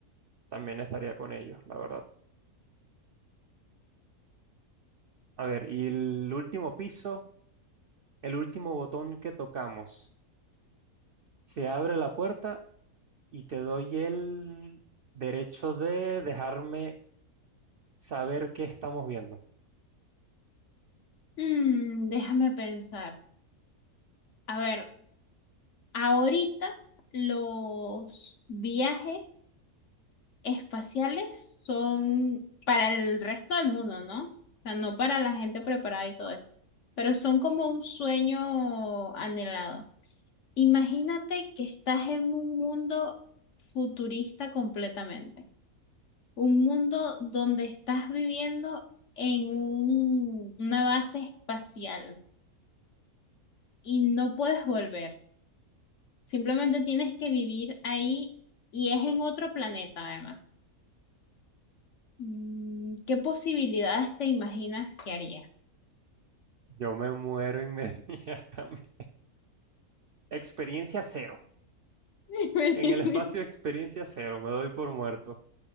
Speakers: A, on the right; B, on the left.
A: también estaría con ellos, la verdad. A ver, y el último piso. el último botón que tocamos, se abre la puerta y te doy el derecho de dejarme saber qué estamos viendo.
B: Mm, déjame pensar. A ver, ahorita los viajes espaciales son para el resto del mundo, ¿no? O sea, no para la gente preparada y todo eso, pero son como un sueño anhelado. Imagínate que estás en un mundo futurista completamente, un mundo donde estás viviendo en un- una base espacial y no puedes volver, simplemente tienes que vivir ahí y es en otro planeta además. Mm, ¿Qué posibilidades te imaginas que harías?
A: Yo me muero inmediatamente. <laughs> Experiencia cero.
B: <laughs>
A: En el espacio experiencia cero, me doy por muerto.